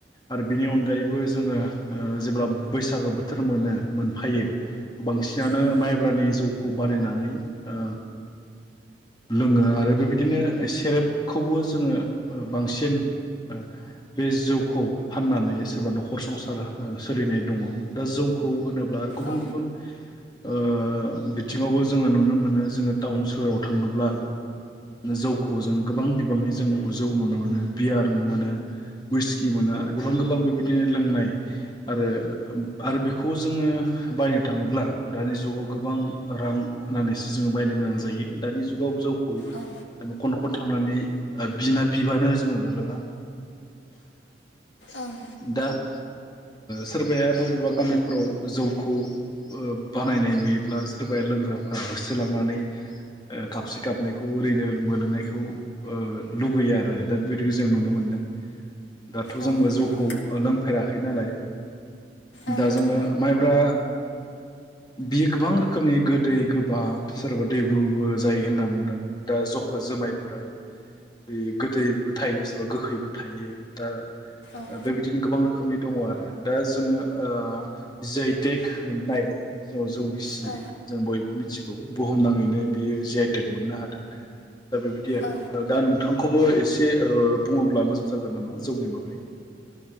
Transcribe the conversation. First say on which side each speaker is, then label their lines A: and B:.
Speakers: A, on the left (about 25°); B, on the left (about 80°).
A: आरो बेनि अनगायैबो जोङो ओ जेब्ला बैसागो बोथोर मोनो मोनफायो बांसिनानो
B: उम
A: माइब्रानि जौ खौ बानायनानै ओ लोङो आरो बेबायदिनो सेरेबखौबो जोङो ओ बांसिन ओ बे जौखौ फाननानै सोरबा न'खर संसार सोलिनाय दङ'। दा जौखौ होनो ब्ला गुबुन
B: औ
A: गुबुन ओ बिथिङावबो जोङो नुनो मोनो जोङो टाउन सोहोराव था ङोब्ला जौखौ जों गोबां बिबांनि जों जौ नुनो मोनो बियार मोनो हुइस कि मोनो आरो गोबां गोबां बेबायदिनो लोंनाय आरो आरो बेखौ जोङो बायनो थाङोब्ला दानि जुगाव गोबां रां होनानैसो जोङो बायनो गोनां जायो। दानि जुगाव जौ खौ
B: औ
A: न'खर न'खर थांनानै बिना बिबानो जोङो मोनलोङा।
B: ओं
A: दा ओ सोरबाया बबेबा गामिफोराव जौखौ बानायनाय नुयोब्ला सोरबाया लोंग्राफोरा होसोलांनानै ओ काबसे कापनैखौ ओरैनो मोलोंनायखौ ओ लुबैयो आरो दा बेदिखौ जों नुनो मोनदों। दाथ'
B: औ
A: जोंबो
B: नंगौ
A: जौखौ लोंफेराखै नालाय
B: ओं
A: दा जोङो
B: ओं
A: माइब्रा बियो गोबां रोखोमनि गोदै गोबाब सोरबा दैब्रुबो जायो होनना बुंदों दा जखा' जुमाइफोरा बे गोदैबो थायो सोरबा गोखैबो थायो दा
B: औ
A: बेबायदिनो गोबां रो खोमनि दङ आरो दा जोङो ओ जि आइ टेक मोननाय <unintelligible> जौ गिसि
B: ओं
A: जों बयबो मि थिगौ बुहुमनाङैनो बियो जि आइ टेक मोननो हादों दा बेबायदि आरो
B: औ
A: दा नोंथांखौबो एसे ओ बुङोब्ला मोजां जागोन नामा जौनि बागै